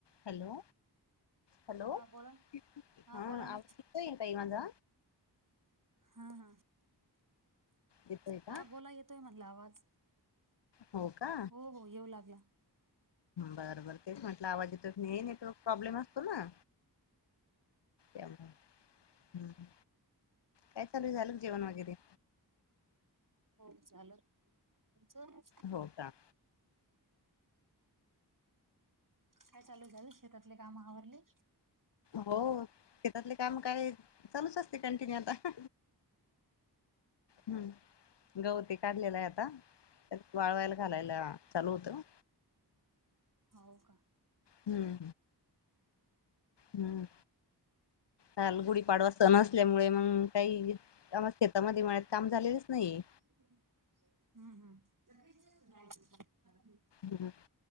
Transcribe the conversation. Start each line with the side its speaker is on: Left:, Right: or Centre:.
Left: Hello hello
Right: हा
Left: आवाज
Right: बोला हा बोला ना
Left: येतोय का ताई माजा
Right: हा हा
Left: येतोय
Right: हा
Left: का
Right: बोला येतोय म्हणला आवाज.
Left: हो का
Right: हो हो येऊ लागला.
Left: बर बर तेच म्हटलं आवाज इेतच नाही नेटवर्क प्रॉब्लेम असतो ना. हम्म काय चालू झालं जेवण वगैरे.
Right: हो चालूय तुमचं.
Left: हो का.
Right: काय चालू झाल शेतातले काम आवरले.
Left: हो शेतातले काम काय चालूच असते कंटिन्यू आता. हम्म. गवती काढलेला आहे आता त्यात वाळवायला घालायला चालू होतं.
Right: हाऊ का.
Left: हम्म हम्म काल गुढीपाडवा सन असल्यामुळे मग काही. त्या म शेतामध्ये मळ्यात काम झालेलंच नाही.
Right: हा हा.
Left: हम्म.